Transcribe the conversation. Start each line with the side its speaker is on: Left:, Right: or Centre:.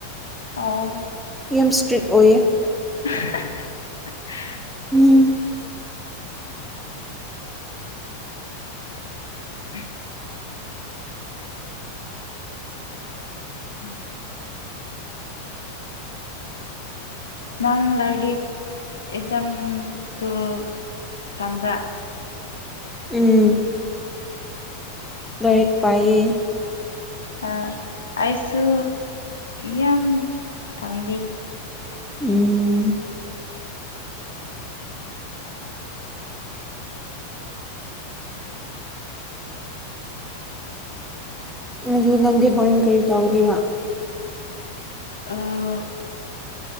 Left: ꯑ
Centre: ꯌꯥꯝ ꯏꯁꯇ꯭ꯔꯤꯛ ꯑꯣꯏꯌꯦ
Left: <unintelligible>
Centre: ꯎꯝ
Left: <inaudible> ꯎꯝ ꯅꯪ ꯂꯥꯏꯔꯤꯛ ꯑꯦꯛꯖꯥꯝ ꯇꯨ ꯇꯝꯕ꯭ꯔꯥ
Centre: ꯎꯝ ꯂꯥꯏꯔꯤꯛ ꯄꯥꯏꯌꯦ
Left: ꯑ ꯑꯩꯁꯨ ꯌꯥꯝ ꯇꯝꯂꯤ
Centre: ꯎꯝ ꯑꯗꯨ ꯅꯪꯗꯤ ꯍꯣꯔꯦꯟ ꯀꯔꯤ ꯇꯧꯒꯦꯔ꯫
Left: ꯑꯥ